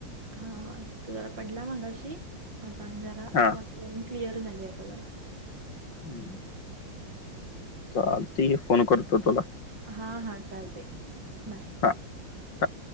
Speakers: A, on the right; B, on the left.
A: हा आ हित जरा पडला मगाशी आता आणि जरा
B: हा
A: वातावरण क्लिअर झाली आहे. आता जरा
B: हम्म चालतंय फोन करतो तुला
A: हा-हा चालते. बाय
B: हां-हां